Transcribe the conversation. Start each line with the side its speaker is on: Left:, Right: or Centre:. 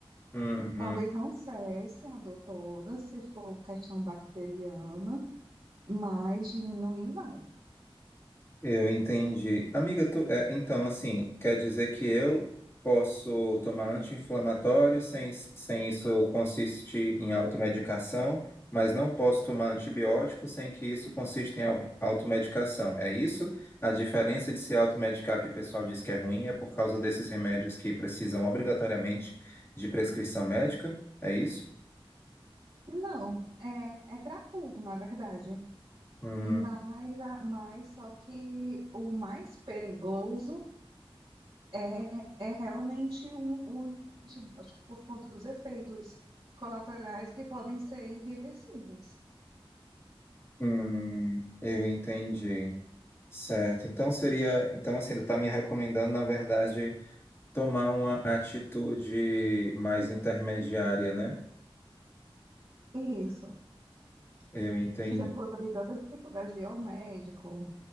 Left: Uhum.
Right: Talvez não cesse a dor toda, se for questão bacteriana, mas diminuir vai.
Left: Eu entendi. Amiga, tu, é, então, assim, quer dizer que eu posso tomar anti-inflamatório sem, sem isso consistir em automedicação, mas não posso tomar antibiótico sem que isso consista em au- automedicação. É isso? A diferença de se automedicar, que o pessoal diz que é ruim, é por causa desses remédios que precisam obrigatoriamente de prescrição médica? É isso?
Right: Não, é, é para tudo, na verdade.
Left: Hum,
Right: Mas, a- mas só que o mais perigoso é, é realmente um, o antibiótico por conta dos efeitos colaterais que podem ser irreversíveis.
Left: hum, eu entendi. Certo. Então seria, então assim, tu tá me recomendando, na verdade, tomar uma atitude mais intermediária, né?
Right: Isso.
Left: Eu entendi.
Right: Já que você tem tanta dificuldade de ir ao médico,